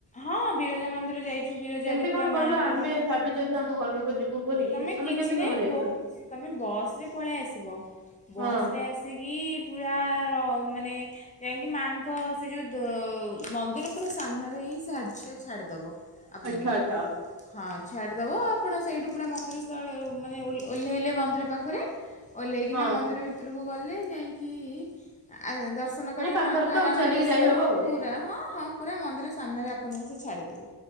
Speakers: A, on the left; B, on the right.
A: ହଁ ବିରଜା ମନ୍ଦିର ଯାଇଚୁ ବିରଜାରେ
B: କେମିତି କଣ
A: ପୁରା
B: ଗଲ
A: ମାଆଙ୍କର
B: ଆମେ ଭାବିଛୁ ଏଥର ଆମ ଘର ଲୋକ ଯିବୁ ବୋଲିକି
A: ତମେ କିଛି
B: କେମିତି
A: ନାହିଁ
B: କଣ ଯାଇଛ?
A: ବୋ ତମେ ବସ୍ ରେ ପଳେଇ ଆସିବ। ବସ୍
B: ହଁ
A: ରେ ଆସିକି ପୁରା ର ମାନେ ଯାଇକି ମାଙ୍କ ସେ ଯୋଉ ଦ ମନ୍ଦିର ପୁରା ସାମ୍ନାରେ ହିଁ ସେ ଦର୍ଯ୍ୟ ଛାଡିଦବ। ଆପଣଙ୍କୁ
B: ଆଚ୍ଛା ଆଚ୍ଛା
A: ହଁ ଛାଡ଼ିଦବ ଆପଣ ସେଇଠୁ ପୁରା ମନ୍ଦିର ସାୟାଲ୍ୟ ମାନେ ଓ ଓହ୍ଲେଇଲେ ମନ୍ଦିର ପାଖରେ ଓହ୍ଲେଇକିନା
B: ହଁ
A: ମନ୍ଦିର ଭି ଭିତୁରୁକୁ ଗଲେ ଯାଇଁକି ଆ ଦର୍ଶନ
B: ମାନେ
A: କରିକି
B: ପାଖରେ
A: ମାଆଙ୍କୁ
B: ତ
A: ଆରାମରେ
B: ଆଉ ଚାଲିକି
A: ଆସିବେ
B: ଯାଇହବ
A: ହଁ
B: ଆଉ।
A: ପୁ ପୁରା ହଁ ହଁ ପୁରା ମନ୍ଦିର ସାମ୍ନାରେ ଆପଣଙ୍କୁ ସେ ଛାଡିଦେବେ।